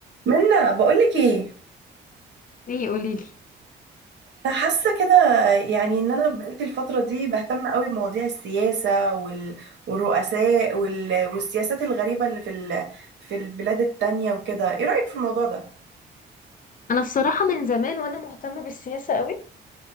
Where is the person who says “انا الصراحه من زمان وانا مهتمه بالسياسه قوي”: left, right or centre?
Left